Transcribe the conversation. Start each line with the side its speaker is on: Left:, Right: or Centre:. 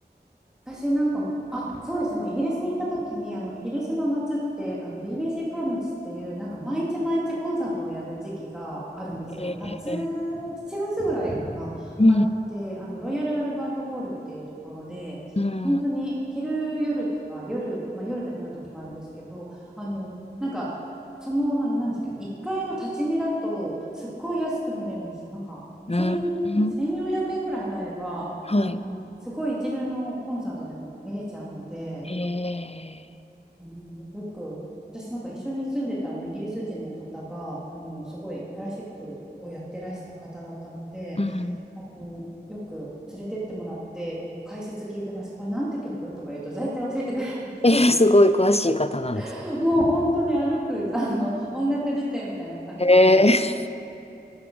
Centre: 私なんか、あ、そうですね、もうイギリスに行った時に、あの、イギリスの夏って、あの、BBC プロムズっていう、なんか毎日毎日コンサートをやる時期があるんですよ。
Left: ええ。
Centre: 夏、7月ぐらいかな、
Left: うん、
Centre: あって、あの、ロイヤル・アルバート・ホールっていうところで、
Left: うん、
Centre: 本当に昼、夜とか、夜、まあ、夜だけの時もあるんですけど、あの、なんか、その、な、なんですかね、1階の立ち見だと、すっごい安く見れるんですよ。なんか、
Left: うん、
Centre: 1000、4 0
Left: うん
Centre: 0円ぐらい払えば、
Left: はい。
Centre: あの、すごい一流のコンサートでも見れちゃうので、
Left: ええ。
Centre: あの、よく、私なんか一緒に住んでたあのイギリス人の方が、あの、すごいクラシックをやってらした方だったので、
Left: うん。
Centre: あの、よく連れてってもらって、あの解説聞いてました。これなんて曲とか言うと、大体教えてくれるんですよ。
Left: えーすごい詳しい方なんですね。
Centre: <laughs> もう本当に歩く、あの、音楽辞典みたいな感じで、
Left: えー、